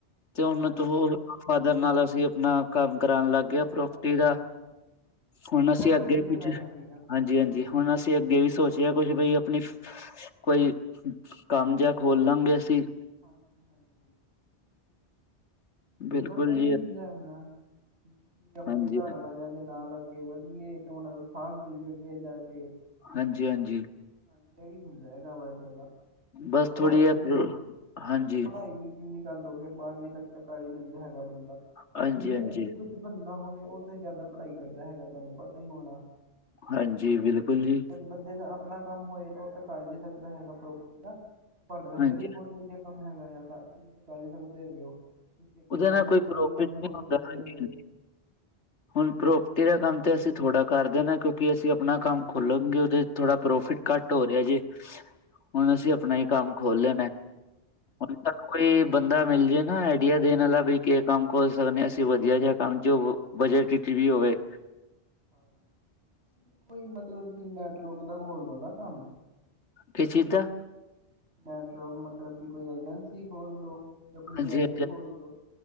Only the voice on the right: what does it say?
ਹਾਂਜੀ
ਹਾਂਜੀ
ਹਾਂਜੀ
ਹਾਂਜੀ
ਇਹ ਤਾਂ
ਵਧੀਆ
ਗੱਲ ਹੈਗੀ ਆ
ਹਾਂਜੀ ਹਾਂਜੀ।
ਬਸ ਇਹੀ
ਹੁੰਦਾ ਨਾ ਵੀ ਆਪਣੇ
ਘਰ ਵਾਲਿਆਂ ਦੇ। ਨਾਲ ਅੱਗੇ ਵਧੀਏ ਤੇ ਉਹਨਾਂ ਦਾ ਸਾਥ ਦੇਈਏ ਅੱਗੇ ਜਾ ਕੇ।
ਹਾਂਜੀ ਇਹੀ ਹੁੰਦਾ ਗਾ ਬਸ ਜ਼ਿਆਦਾ।
ਪੜ੍ਹਾਈ
ਕਿੰਨੀ
ਪੜ੍ਹਾਈ ਵੀ ਕਿੰਨੀ ਗੱਲ ਹੋ ਗਈ ਕਿ ਬਾਰਵੀਂ ਤੱਕ ਤਾਂ ਕਰ ਹੀ ਲੈਂਦਾ ਹੈਗਾ ਬੰਦਾ
ਜਿੰਨੇ
ਅੱਗੇ ਕੁਛ। ਬਣਨਾ ਹੋਵੇ ਉਹ ਤਾਂ ਜ਼ਿਆਦਾ ਪੜ੍ਹਾਈ ਕਰਦਾ ਹੈਗਾ ਤੁਹਾਨੂੰ ਪਤਾ ਹੀ ਹੋਣਾ।
ਜਦ ਬੰਦੇ ਦਾ ਆਪਣਾ ਕੰਮ ਹੋਏ ਤਾਂ ਉਹ ਤਾਂ ਕਰ ਵੀ ਸਕਦਾ ਹੈਗਾ ਪ੍ਰੋਪਰਟੀ ਦਾ ਤੁਹਾਡਾ ਤਾਂ ਫੇਰ
ਵੀ ਬਹੁਤ ਵਧੀਆ। ਕੰਮ ਹੈਗਾ ਆ ਤੁਹਾਡਾ ਤੁਸੀਂ ਤਾਂ ਕਰ ਹੀ ਸਕਦੇ ਹੈਗੇ ਹੋ। ਤੁਸੀਂ ਅੱਗੇ
ਜਾ
ਕੇ ਵੀ ਕੋਈ
ਵੀ ਕੰਮ
ਖੋਲ
ਸਕਦੇ
ਹੈਗੇ ਆ।
ਹਾਂਜੀ
ਹਾਂਜੀ
ਹਾਂਜੀ
ਹਾਂਜੀ ਕੋਈ ਮਤਲਬ ਕਿ ਨੈਟਵਰਕ ਦਾ ਹੋਰ ਲੈ ਲਾ ਭਾਵੇਂ।
ਨੈਟਰਕ ਮਤਲਬ ਕਿ ਕੋਈ ਏਜੰਸੀ ਖੋਲਲੋ ਜਾਂ ਕੋਈ
ਗੈਰੇਜ ਖੋਲ ਦੋ।